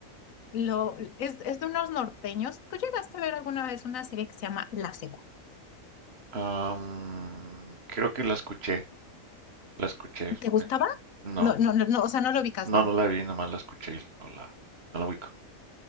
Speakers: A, on the left; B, on the right.
A: Lo, es, es de unos norteños. ¿Tú llegaste a ver alguna vez una serie que se llama La Secu?
B: Am, creo que la escuché. La escuché.
A: ¿Te gustaba?
B: me- No.
A: No, no, no, no, o sea, no lo ubicas bien.
B: No, no la vi, nomás la escuché y no la, no la ubico.